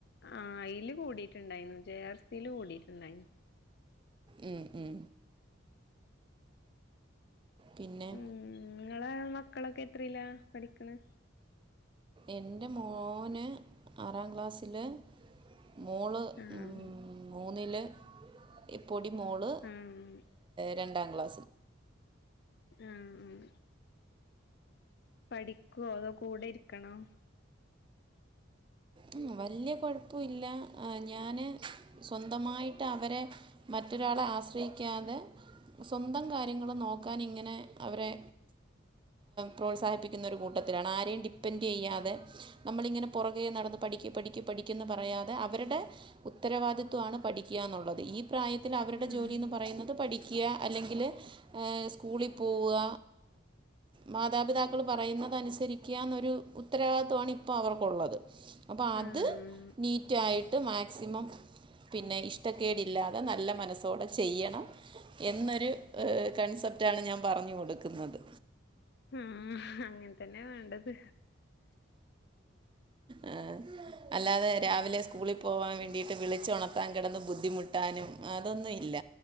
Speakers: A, on the left; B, on the right.
A: ആ അയില് കൂടീട്ട്ണ്ടായീന്നു. J R സിയില് കൂടീട്ടുണ്ടായ്ഞ്.
B: ഉം ഉം. പിന്നെ
A: ഉം ങ്ങളെ മക്കളൊക്കെ എത്രെലാ? പഠിക്ക്‌ണ്‌.
B: എന്റെ മോന് ആറാം ക്ലാസില്. മോള്
A: ആഹ്
B: ഉം മൂന്നില്. ഇപ് പൊടിമോള്
A: ആഹ്
B: രണ്ടാം ക്ലാ
A: ആഹ് ഉം. പഠിക്കുവോ അതോ കൂടെ ഇരിക്കണോ?
B: ഉം വലിയ കുഴപ്പം ഇല്ല ഞാന് സ്വന്തമായിട്ട് അവരെ മറ്റൊരാളെ ആശ്രയിക്കാതെ സ്വന്തം കാര്യങ്ങള് നോക്കാൻ ഇങ്ങനെ അവരെ പ്രോത്സാഹിപ്പിക്കുന്ന ഒരു കൂട്ടത്തിലാണ് ആരെയും ഡിപ്പെൻഡ് ചെയ്യാതെ നമ്മളിങ്ങനെ പുറകെ നടന്ന് പഠിക്ക് പഠിക്ക് പഠിക്കെന്ന് പറയാതെ അവരുടെ ഉത്തരവാദിത്വണ് പഠിക്കുക എന്നുള്ളത് ഈ പ്രായത്തിൽ അവരുടെ
A: ഉം
B: ജോലിന്ന് പറയുന്നത് പഠിക്കുക അല്ലെങ്കില് സ്കൂളി പോവുക മാതാപിതാക്കള് പറയുന്നതനുസരി ക്ക്യാന്നൊരു ഉത്തരവാദിത്വമാണ് ഇപ്പോ അവർക്കുള്ളത്. അപ്പം അത്
A: ഉം
B: നീറ്റായി ട്ട് മാക്സിമം പിന്നെ ഇഷ്ടക്കേടില്ലാതെ നല്ല മനസ്സോടെ ചെയ്യണം. എന്നൊരു ഏഹ് കൺസെപ്റ്റാണ് ഞാൻ പറഞ്ഞു കൊടുക്കുന്നത്.
A: ആഹ് അങ്ങനെ തന്നെയാ വേണ്ടത്.
B: ആഹ് അല്ലാതെ രാവിലെ സ്കൂളി പോവാൻ വേണ്ടിയിട്ട് വിളിച്ച് ഉണർത്താൻ കിടന്ന് ബുദ്ധിമുട്ടാനും അതൊന്നും ഇല്ല.